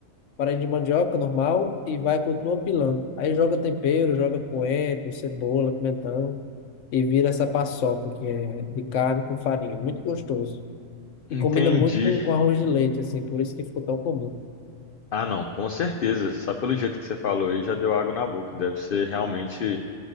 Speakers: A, on the left; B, on the left.
A: farinha de mandioca normal e vai continua pilando. Aí joga tempero, joga coentro, cebola, pimentão e vira essa paçoca que é de carne com farinha. Muito gostoso.
B: Entendi.
A: E combina muito com, com arroz de leite, assim, por isso que ficou tão comum.
B: Ah, não, com certeza. Só pelo jeito que você falou aí já deu água na boca. Deve ser realmente